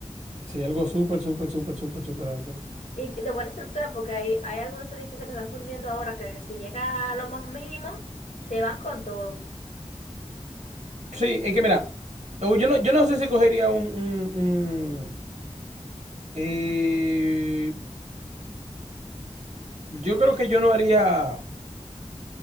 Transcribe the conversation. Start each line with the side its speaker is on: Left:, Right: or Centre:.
Right: Sí, algo súper, súper, súper, súper, súper alto.
Left: Y de buena estructura, porque hay, hay algunos edificios que están construyendo ahora que si llega a lo más mínimo, se van con todo.
Right: Sí, es que mira, o yo no, yo no sé si cogería un, un- un- eh, yo creo que yo no haría